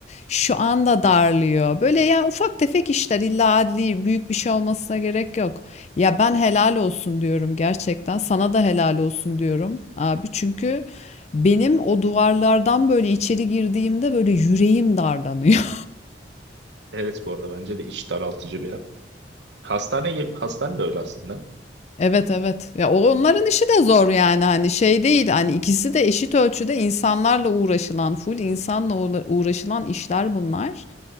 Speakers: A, on the left; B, on the right.
A: Şu anda darlıyor. Böyle ya ufak tefek işler illa adli büyük bir şey olmasına gerek yok. Ya ben helal olsun diyorum gerçekten. Sana da helal olsun diyorum abi. Çünkü benim o duvarlardan böyle içeri girdiğimde böyle yüreğim darlanıyor.
B: Evet bu arada bence de iç daraltıcı bir yer. Hastane gibi, hastane de öyle aslında.
A: Evet evet. Ya o- onların işi de zor yani hani şey değil hani ikisi de eşit ölçüde insanlarla uğraşılan full insanla uğra- uğraşılan işler bunlar.